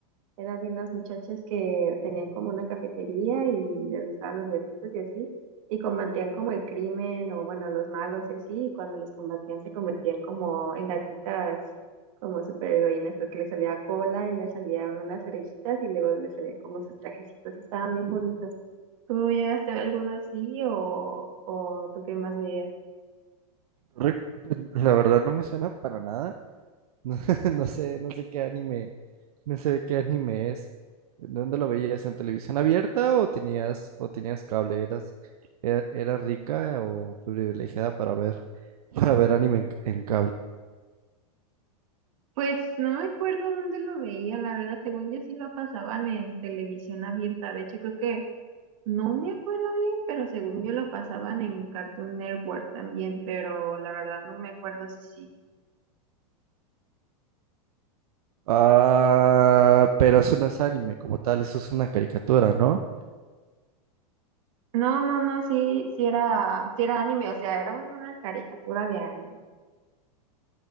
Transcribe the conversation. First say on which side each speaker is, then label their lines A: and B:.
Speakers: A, on the right; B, on the right.
A: eran de unas muchachas que tenían como una cafetería y les gustaban los gatitos y así, y combatían como el crimen o bueno, los malos y así, y cuando los combatían se convertían como en gatitas, como superheroínas, porque les salía cola y les salían unas orejitas y luego les salían como sus trajecitos y estaban bien bonitos. ¿Tú llegaste a ver alguno así o, o tú qué más veías?
B: Rick, pues, La verdad no me suena para nada. <laughs> No, no sé, no sé qué anime, no sé qué anime es. ¿Dónde lo veías? ¿En televisión abierta o tenías, o tenías cable? ¿Eras, e- eras rica o privilegiada para ver, <laughs> para ver anime en, en cable?
A: Pues no me acuerdo dónde lo veía, la verdad, según yo sí lo pasaban en televisión abierta, de hecho creo que No me acuerdo bien, pero según yo lo pasaban en Cartoon Network también, pero la verdad no me acuerdo si sí.
B: Ah, pero eso no es anime como tal, eso es una caricatura, ¿no?
A: No, no, no, sí, sí era, sí era anime, o sea, era un- una caricatura de anime.